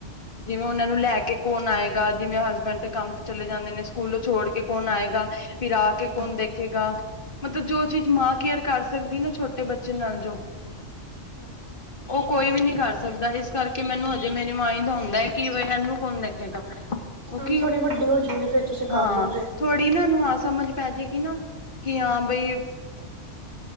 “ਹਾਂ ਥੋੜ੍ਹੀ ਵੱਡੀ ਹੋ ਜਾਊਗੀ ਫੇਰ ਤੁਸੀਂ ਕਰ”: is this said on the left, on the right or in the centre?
Right